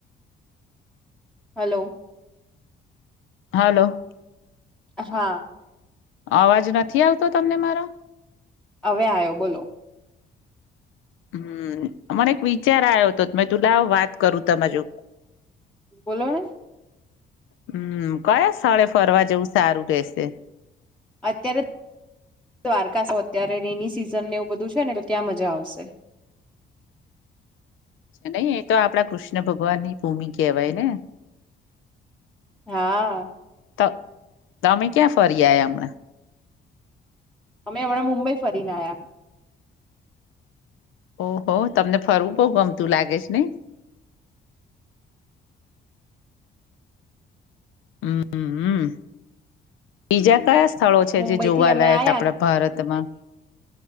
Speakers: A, in the centre; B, on the left (about 80°).
A: હલો.
B: હાલો.
A: હા.
B: અવાજ નથી આવતો તમને મારો?
A: હવે આયો, બોલો
B: હમ્મ, મને એક વિચાર આયો તો મે કીધું લાવ વાત કરું તમારે જો
A: બોલો ને
B: હમ્મ, કયા સ્થળે ફરવા જવું સારું રેશે?
A: અત્યારે દ્વારકા અત્યારે રેની સિઝનને એવું બધું છે ને એટલે ત્યાં મજા આવશે.
B: નઈ એ તો આપડા કૃષ્ણ ભગવાન ની ભૂમિ કેહેવાય ને?
A: હા.
B: ત તમે ક્યાં ફરી આયા હમણાં?
A: અમે હમણાં મુંબઈ ફરીને આ્યા.
B: ઓહો તમને ફરવું બો ગમતું લાગે છે, નઈ? હમ્મ, બીજા કયા સ્થળો છે
A: મુંબઈ
B: જે જોવાલાયક
A: થી અમે આયા
B: આપડા? ભારતમાં.